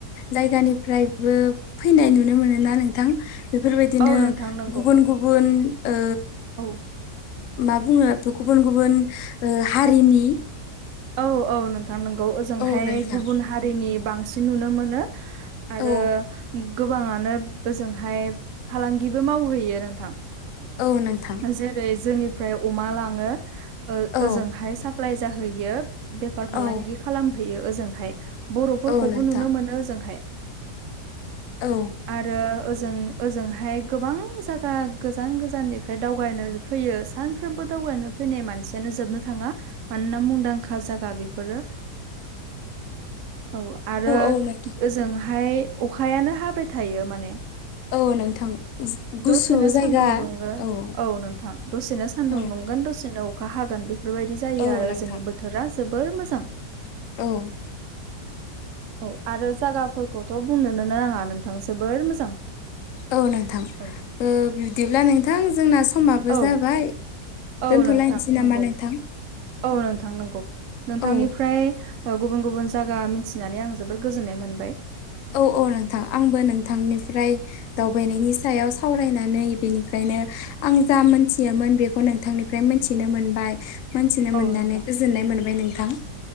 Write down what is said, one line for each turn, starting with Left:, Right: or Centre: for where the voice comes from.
Left: जायगानिफ्रायबो फैनाय नुनो मोनोना नोंथां बेफोरबायदिनो
Right: औ नोंथां नंगौ
Left: गुबुन गुबुन ओ
Right: औ
Left: मा बुङो थ' गुबुन गुबुन हारिनि
Right: औ औ नोंथां नोंगौ ओजोंहाय
Left: औ नोंथां
Right: गुबुन हारिनि बांसिन नुनो मोनो आरो
Left: औ
Right: गोबाङानो ओजोंहाय फालांगिबो मावहैयो नोंथां
Left: औ नोंथां
Right: जेरै जोंनिफ्राय अमा लाङो ओजोंहाय
Left: औ
Right: साप्लााय जाहैयो। बेफार फालांगि
Left: औ
Right: खालामहैयो ओजोंहाय बर'फोरखौबो
Left: औ नोंथां
Right: नुनो मोनो ओजोंहाय।
Left: औ
Right: आरो ओजों ओजोंहाय गोबां जायगा गोजान गोजाननि ओमफ्राय दावगानो फैयो सानफ्रोमबो दावगानो फैनाय मानसियानो जोबनो थाङा। मानोना मुंदांखा जागा बेफोरो।
Left: <inaudible>
Right: औ आरो
Left: औ नोंथां
Right: ओजोंहाय अखायानो हाबाय थायो माने
Left: औ नोंथां
Right: दसेनो
Left: गुसु
Right: सान्दुं
Left: जायगा
Right: दुङो
Left: औ।
Right: औ नोंथां दसेनो सान्दुं
Left: औ
Right: दुंगोन दसेनो अखा हागोन बेफोरबायदि जायो
Left: औ
Right: आरो
Left: नोंथां
Right: ओजोंनि बो बोथोरा जोबोर मोजां।
Left: औ
Right: औ आरो जागाफोरखौथ' बुंनोनो नाङा नोंथां जोबोर मोजां।
Left: औ नोंथां
Right: औ
Left: बिदिब्ला नोंथां जोंना समाबो
Right: ओ औ
Left: जाबाय।
Right: औ
Left: दोनथ'लायनोसै
Right: नोंथां
Left: नामा
Right: नंगौ
Left: नोंथां।
Right: औ नोंथां नंगौ नोंथांनिफ्राय
Left: औ
Right: गुबुन गुबुन जायगा मिथिनानै आं जोबोद गोजोननाय मोनबाय।
Left: औ औ नोंथां आंबो नोंथांनिफ्राय दावबायनायनि सायाव सावरायनानै बेनिफ्रायनो आं जा मोनथियामोन बेखौ खौ नोंथांनिफ्राय मोनथिनो मोनबाय मोनथिनो
Right: औ
Left: मोननानै
Right: नोंथां
Left: गोजोननाय मोनबाय नोंथां।